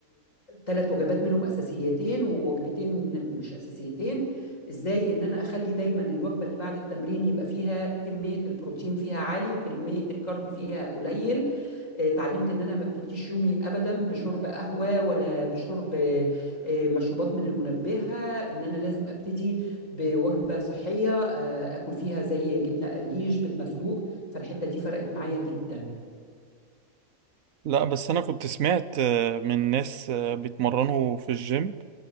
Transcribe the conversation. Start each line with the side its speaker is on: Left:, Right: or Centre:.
Left: ثلاث وجبات منهم أساسيتين ووجبتين مش أساسيتين إزاي إن أنا أخلي دايما الوجبة اللي بعد التمرين يبقى فيها كمية البروتين فيها عالي وكمية الكارب فيها قليل آه، اتعلمت ان انا ما ابتديش يومي ابدا بشرب قهوه ولا بشرب آه، مشروبات من المنبهه ان انا لازم ابتدي بوجبة صحية آه، آكل فيها زي جبنة قريش بيض مسلوق فالحتة دي فرقت معايا جدا
Right: لا بس انا كنت سمعت آه، من ناس آه، بيتمرنوا في الجيم